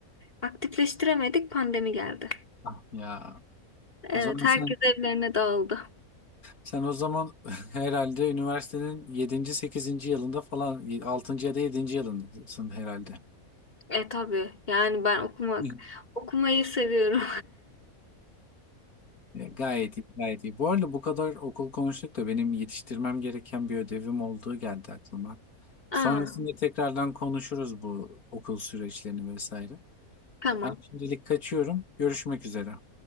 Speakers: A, on the left; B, on the left.
A: aktifleştiremedik. Pandemi geldi.
B: Ah ya.
A: Evet,
B: O zaman
A: herkes
B: sen,
A: evlerine dağıldı.
B: sen o zaman <laughs> herhalde üniversitenin yedinci sekizinci yılında falan altıncı ya da yedinci yılındasın herhalde.
A: E tabii. Yani ben okumak,
B: <laughs>
A: okumayı seviyorum.
B: E, Gayet iyi, gayet iyi. Bu arada bu kadar okul konuştuk da benim yetiştirmem gereken bir ödevim olduğu geldi aklıma.
A: <laughs>
B: Sonrasında
A: Aa,
B: tekrardan konuşuruz bu okul süreçlerini vesaire.
A: tamam.
B: Ben şimdilik kaçıyorum. Görüşmek üzere.